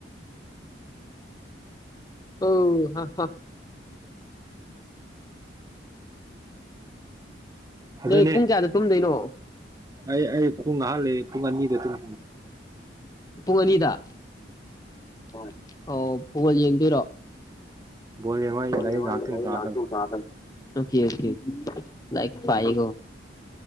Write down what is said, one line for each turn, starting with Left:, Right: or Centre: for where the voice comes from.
Left: ꯍ ꯍ ꯍ
Right: ꯑꯗꯨꯅꯦ
Left: ꯅꯃꯤꯠ ꯄꯨꯡ ꯀꯌꯥꯗ ꯇꯨꯝꯗꯣꯏꯅꯣ
Right: ꯑꯩ ꯑꯩ ꯄꯨꯡ ꯑꯍꯥꯟ ꯂꯩꯦ ꯄꯨꯡ ꯑꯅꯤꯗ ꯑꯗꯨꯝ
Left: ꯄꯨꯡ ꯑꯅꯤꯗ ꯍꯣꯏ ꯑꯣ ꯐꯨꯒꯣꯜ ꯌꯦꯡꯗꯣꯏꯔꯣ
Right: ꯕꯣꯜ ꯌꯦꯡꯕ
Left: ꯂꯥꯛ
Right: ꯂꯥꯏꯔꯤꯛ ꯉꯥꯏꯍꯥꯛꯇꯪ ꯄꯥꯒꯗꯕ
Left: ꯎꯝ ꯂꯥꯏꯛ ꯄꯥꯏꯣ